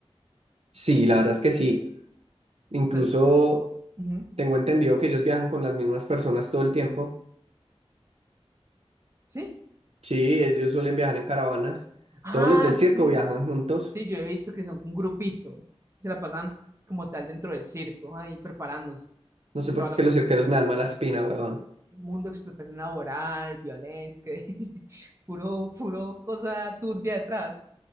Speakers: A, on the right; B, on the right.
A: Sí, la verdad es que sí. Incluso
B: Pues... ujú.
A: tengo entendido que ellos viajan con las mismas personas todo el tiempo.
B: ¿Sí?
A: Sí, ellos suelen viajar en caravanas.
B: Ah,
A: Todos los del
B: sí.
A: circo viajan juntos.
B: Sí, yo he visto que son un grupito. Se la pasan como tal dentro del circo, ahí preparándose
A: No
B: y
A: sé
B: toda
A: por
B: la
A: qué
B: cosa.
A: los cirqueros me dan mala espina, huevón.
B: el mundo, explotación laboral, violencia, que <laughs> dice, puro, puro cosa turbia detrás.